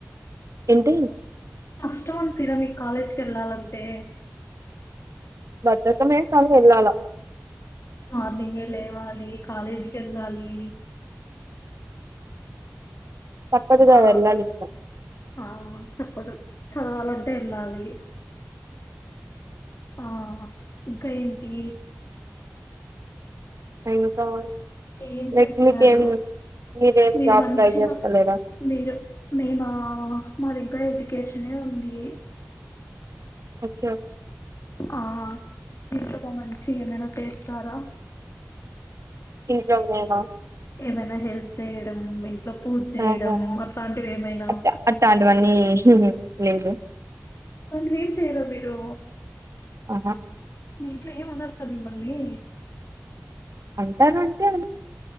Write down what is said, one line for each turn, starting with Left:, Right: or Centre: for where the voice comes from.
Right: ఏంటి
Left: కష్టం అనిపీయదా మీకు కాలేజ్కి వెళ్ళాలంటే
Right: బద్దకమే కానీ వెల్లాల
Left: మార్నింగే లేవాలి కాలేజీకి వెళ్ళాలి
Right: తప్పదుగా
Left: ఆ
Right: వెళ్ళాలి ఇంకా
Left: ఆ తప్పదు చదవాలంటే వెళ్ళాలి ఆ ఇంకా ఏంటి
Right: <unintelligible>
Left: ఏం
Right: లైక్
Left: చేస్తారు
Right: మీకేం మీరేం
Left: మీరు
Right: జాబ్
Left: మంచిగా
Right: ట్రై చేస్తలేరా
Left: మీరు మేమా మరి కో ఎడ్యుకేషనే ఉంది
Right: ఓకే
Left: ఆ మీ ఇంట్గా మంచి ఏమైనా చేస్తారా
Right: ఇన్ని ప్ర
Left: ఏమైనా హెల్ప్ చేయడం అట్లో పూజ చేయడం
Right: ఆహా
Left: అట్లాంటివి ఏమైనా
Right: అట్ట అట్లాంటివన్నీ లేదు
Left: రంటి వేం చేయర మీీరు
Right: ఆహా
Left: వీట్లో ఏం ఉన్న బీపల్లి
Right: అంటారు అంటే